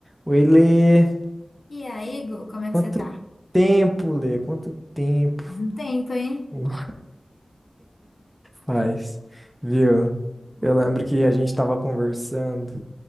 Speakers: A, in the centre; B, on the left.
A: Oi, Lê.
B: E aí, Igor, como é
A: Quanto
B: que você tá?
A: tempo, Lê? Quanto tempo
B: Faz um tempo, hein?
A: <laughs> faz, viu? Eu lembro que a gente estava conversando